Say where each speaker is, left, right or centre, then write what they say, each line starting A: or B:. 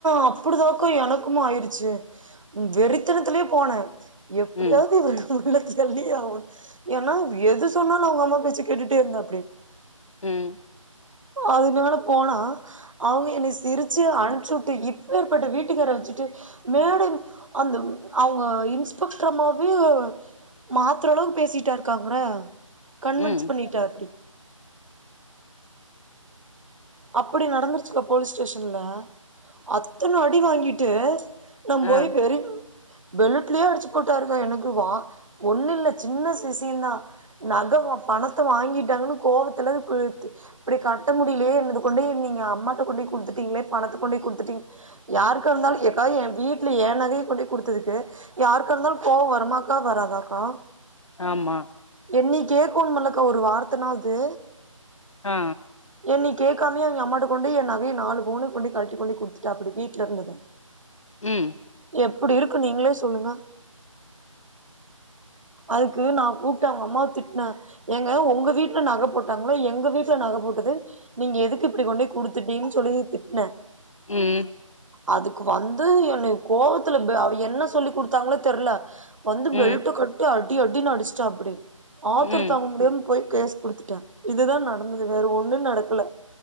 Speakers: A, on the right; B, on the left.
A: அப்டிதாக்கா எனக்குமே ஆயருச்சி வெறித்தனத்துலயே போனே எப்டியாவது
B: ம்
A: ஒரு உள்ள தள்ளி அவ ஏனா எது சொன்னாலு அவ்ங்க அம்மா பேச்ச கேட்டுட்டே இருந்தா எப்டி
B: ம்
A: அதுனால போனா அவ்ங்க என்ன சிரிச்சு அனுப்சுட்டு இப்பேற்பட்ட வீட்டுக்கு வர வச்சிட்டு மேடம் அந்த அவ்ங்க இன்ஸ்பெக்ட்ர் அம்மாவே மாத்திரளவுக்கு பேசிட்டாருக்காங்ன்றே கன்வின்ஸ்
B: ம்
A: பண்ணிட்டாப்டி அப்புடி நடந்துருச்சுக்கா போலீஸ் ஸ்டேஷன்ல அத்தன அடி வாங்கிட்டு நம்
B: ஆ
A: போய் பெருகு பெலூட்லே அடிச்சு போட்டாருக்கா எனக்கு வா ஒன்னு இல்ல சின்ன சி சீன் தா நக ஒ பணத்த வாங்கிட்டாங்கனு கோவத்துல இது கூத்து இப்டி கட்ட முடிய்லயே என்னது கொண்டே நீங்க அம்மாட்ட கொண்டோய் குடுத்துட்டீங்ளே பணத்தக் கொண்டோய் குடுத்துட்டீங் யாருக்கா இருந்தாலு ஏக்கா எ வீட்ல எ நகைய கொண்டோய் குடுத்ததுக்கு யாருக்கா இருந்தாலு கோவ வருமாக்கா வராதாக்கா
B: ஆமா
A: என்னைய கேக்கனுமிலக்கா ஒரு வார்த்தனாது
B: ஆ
A: என்னை கே க்காமயே எங்க அம்மாட்ட கொண்டோய் எ நகைய நாலு பவுணுக்கு கொண்டோய் கழட்டி கொண்டோய் குடுத்துட்டாப்டி வீட்ல இருந்தத
B: ம்
A: எப்டி இருக்கு நீங்ளே சொல்லுங்க
B: <inaudible>
A: அதுக்கு நா கூப்ட்டு அவ்ங்க அம்மாவ திட்ன ஏங்க ஒங்க வீட்ல நக போட்டங்ளா எங்க வீட்ல நக போட்டது நீங்க எதுக்கு இப்டி கொண்டோய் குடுத்துட்டீன் சொல்லி திட்ன
B: ம்
A: அதுக்கு வந்து என்னை கோவத்துல ப அவ என்ன சொல்லி்க்குடுத்தாங்ளே தெர்ல வந்து
B: ம்,
A: பெல்ட்ட கழ்ட்டி அடி அடினு அடுச்சிட்டாப்டி ஆத்தர
B: ம்.
A: தாங்க முடியாம் போய் கேஸ் குடுத்துட்டே இதுதா நடந்தது வேற ஒன்னு நடக்கல